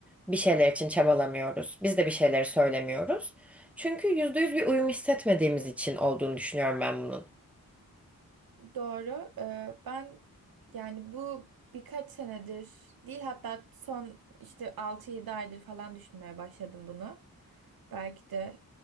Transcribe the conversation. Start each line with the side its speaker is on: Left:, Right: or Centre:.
Centre: bir şeyler için çabalamıyoruz. Biz de bir şeyleri söylemiyoruz. Çünkü yüzde yüz bir uyum hissetmediğimiz için olduğunu düşünüyorum ben bunun.
Right: Doğru. Ee, ben yani bu birkaç senedir değil hatta son işte altı yedi aydır falan düşünmeye başladım bunu. Belki de